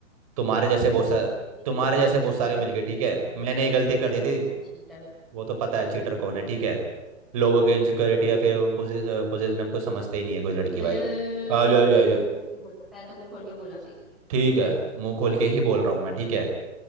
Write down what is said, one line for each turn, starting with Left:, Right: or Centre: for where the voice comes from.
Right: तुम्हारे
Centre: चाहिए
Right: जैसे
Centre: भी
Right: बहुत
Centre: नहीं
Right: सारे
Centre: चाहिए
Right: तुम्हारे
Centre: भी नहीं
Right: जैसे बहुत
Centre: चाहिए
Right: सारे मिल
Centre: भी नहीं
Right: गए ठीक है
Centre: एक नंबर
Right: मैंने
Centre: के
Right: ये गलती कर
Centre: एक
Right: दी
Centre: नंबर
Right: थी
Centre: का चीटर
Right: वो तो पता है चीटर कौन है ठीक है लोगों के इनसिक्योरिटी या फिर पोजिशन को समझते ही नहीं है कोई लड़की
Centre: पहले
Right: भाई आ जा जा
Centre: तो
Right: जा
Centre: मुंह खोल के बोल पहले तो मुंह खोल के बोलना सीख
Right: ठीक है मुंह खोल के ही बोल रहा हूँ मैं ठीक है